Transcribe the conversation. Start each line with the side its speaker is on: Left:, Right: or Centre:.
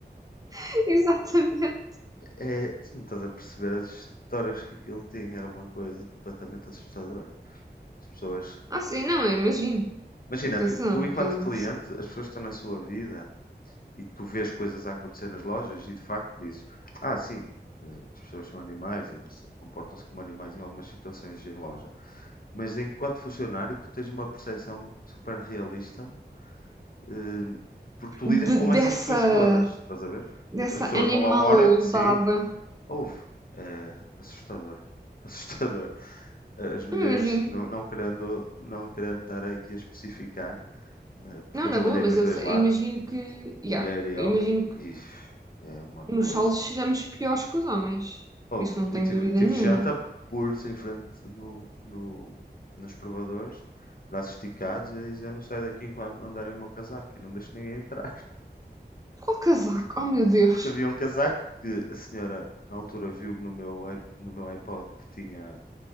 Right: <laughs> Exatamente.
Left: É, tu não estás a perceber as histórias que aquilo tinha, era uma coisa completamente assustadora. As pessoas.
Right: Ah, sim, não, eu imagino.
Left: Imagina,
Right: Atenção,
Left: tu, tu enquanto
Right: que eu.
Left: cliente, as pessoas estão na sua vida e tu vês coisas a acontecer nas lojas e de facto dizes: Ah, sim, eh, as pessoas são animais, ou se- comportam-se como animais em algumas situações em loja. Mas enquanto funcionário, tu tens uma percepção super realista, eh, porque tu
Right: de-
Left: lidas com
Right: dessa.
Left: essas pessoas todas, estás a ver?
Right: dessa
Left: As pessoas
Right: animalada.
Left: vão lá uma hora, sim, houve. É assustador, <laughs> assustador. As mulheres,
Right: Não imagino.
Left: não, não querendo, não querendo estar aqui a especificar, eh, porque
Right: Não,
Left: eu
Right: na
Left: trabalhei
Right: boa, mas
Left: nos
Right: eu
Left: dois
Right: sei-
Left: lados,
Right: imagino que.
Left: mulher
Right: Yeah,
Left: e
Right: imagino
Left: homem,
Right: que
Left: e é uma coisa.
Right: nos saldos sejamos piores que os homens.
Left: Houve,
Right: Isso não
Left: eu
Right: tenho
Left: tive,
Right: dúvida
Left: tive
Right: nenhuma.
Left: janta pulso em frente no, no, nos provadores, braços esticados, e a dizer: Eu não saio daqui enquanto não derem o meu casaco, e não deixo ninguém entrar. <laughs>
Right: Qual casaco? Oh meu Deus!
Left: Porque havia um casaco que a senhora, na altura, viu no meu, no meu iPod que tinha,